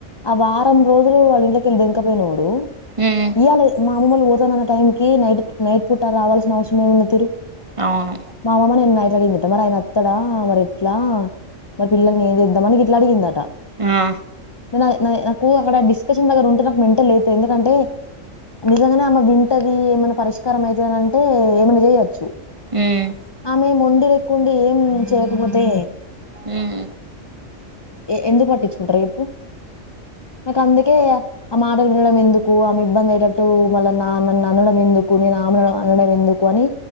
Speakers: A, on the left; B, on the right.
A: ఆ వారం రోజులు వాళ్ళ ఇంట్లకెళ్ళి దెంకపోయినోడు
B: హుహ్
A: ఇయ్యాలి మా అమ్మల్ని పోతాన్న టైం కి నైట్ నైట్ పూట రావాల్సిన అవసరం ఏము ఉంది తీరు
B: అవును
A: మా అమ్మ నిన్న నైట్ అడిగిందట మరి ఆయన అత్తడా మరి ఎట్లా మరి పిల్లల్ని ఏ జేద్దాం అని గిట్లా అడిగిందట
B: ఆ
A: నాద్ నాకు అక్కడ డిస్కషన్ దగ్గర ఉంటే నాకు మెంట లేదు ఎందుకంటే నిజంగానే ఆమ వింటది. ఏమన్నా పరిష్కారం అయితది అంటే ఏమైనా జేయొచ్చు.
B: ఉహ్
A: ఆమె మొండి రెక్కుండి ఏం చేయకపోతే
B: ఉహ్
A: ఏ ఎందుకు వట్టించుకుంటారు రేపు నాకు అందుకేయా ఆ మాటలు వినడం ఎందుకు, ఆమె ఇబ్బంది అయ్యటట్టు మళ్ళ నా నన్ను అనడం ఎందుకు, నేను ఆమె అనడం ఎందుకు. కొని